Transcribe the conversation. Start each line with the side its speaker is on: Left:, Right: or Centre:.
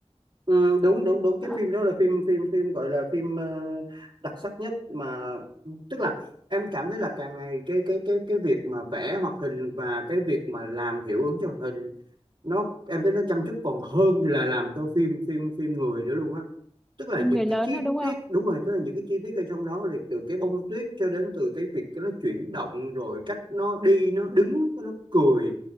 Right: ừ, đúng đúng đúng cái
Centre: Ờ,
Right: phim đó là phim phim phim gọi là phim ờ, đặc sắc nhất mà tức là em cảm thấy là càng ngày cái cái cái cái việc mà vẽ hoạt hình và cái việc mà làm hiệu ứng cho hoạt hình nó em thấy nó chăm chút còn hơn là làm cho phim phim phim người nữa luôn á tức là
Centre: phim
Right: những
Centre: người
Right: cái
Centre: lớn
Right: chi
Centre: đó đúng không
Right: tiết đúng rồi tức là những cái chi tiết ở trong đó thì từ cái bông tuyết cho đến từ cái việc cái nó chuyển động rồi cách nó đi nó đứng nó cười